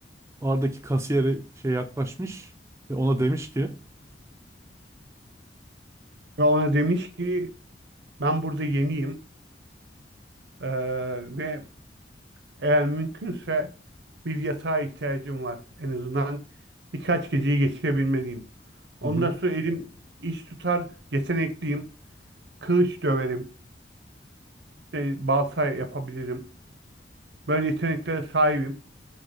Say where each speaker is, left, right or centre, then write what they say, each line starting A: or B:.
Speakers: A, on the right; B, on the right.
A: Bardaki kasiyere şey yaklaşmış ve ona demiş ki
B: Ve ona demiş ki Ben burada yeniyim Ee, ve eğer mümkünse bir yatağa ihtiyacım var. En azından birkaç geceyi geçirebilmeliyim. Ondan
A: hı hı,
B: sonra elim iş tutar, yetenekliyim. Kılıç döverim, işte balta yapabilirim. Böyle yeteneklere sahibim.